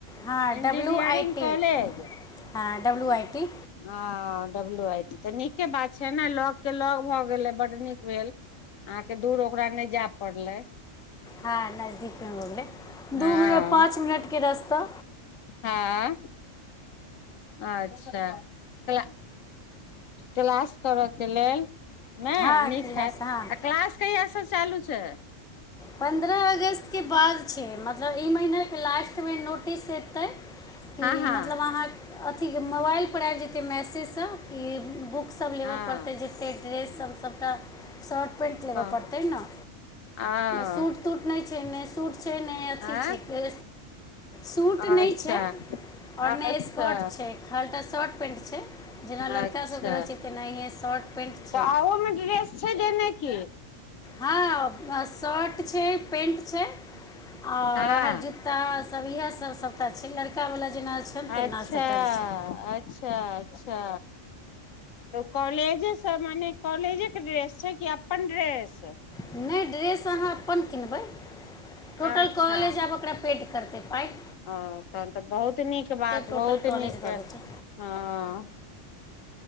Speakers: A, in the centre; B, on the left (about 80°).
A: हँ W
B: engineering
A: I T
B: college
A: हँ डब्लू आइ टी
B: हँ डब्लू आई टी तऽ नीके बात छै न लग केँ लग भऽ गेलै बड नीक भेल अहाँ केँ दूर ओकरा नै जै पड़लै
A: हँ नजदीक में भऽ गेलै
B: हँ
A: दू मिनट पाँच मिनट केँ रस्ता
B: हँ अच्छा क क्लास करऽ के लेल नय
A: हँ
B: नी
A: किलासँ
B: खेत
A: हँ
B: आ क्लास कहियासँ चालू छै
A: पन्द्रह अगस्तके बाद छै मतलब ई महिना के लास्ट मे नोटिस एतै कि
B: हँ हँ
A: मतलब अहाँ अथी के मोबाइल पर आबि जेतै मैसेज सँ कि बुक सब लेबऽ
B: हँ
A: पड़तै जते ड्रेस सब सबटा शर्ट पेंट लेबऽ पड़तै
B: ओ
A: न
B: ओ
A: सूट तूट नय छै नय सूट छै नय अथी
B: आँ
A: छै के सूट
B: अच्छा
A: नइ छै और
B: अच्छा
A: नय स्कर्ट छै खालिटा शर्ट पैंट छै जेना लड़का
B: अच्छा
A: सब के रहै छै तेनाहिय शर्ट पेंट छै
B: तऽ ओहोमे ड्रेस छै देने की
A: हँ शर्ट छै पेंट छै और
B: हँ
A: वएह जूता त सब इएह सब सभटा छै लड़का वला जेना छनि तेना
B: अच्छा
A: सबटा छै
B: अच्छा अच्छा तऽ कॉलेजे सब मने कॉलेजे के ड्रेस छै कि अपन ड्रेस
A: नय ड्रेस अहाँ अपन किनबै
B: अच्छा
A: टोटल कलेज आब ओकरा पे करते पाए
B: अ तहन तऽ बहुत नीक बात बहुत
A: टोटल कॉलेज
B: नीक
A: दऽ देतै
B: हँ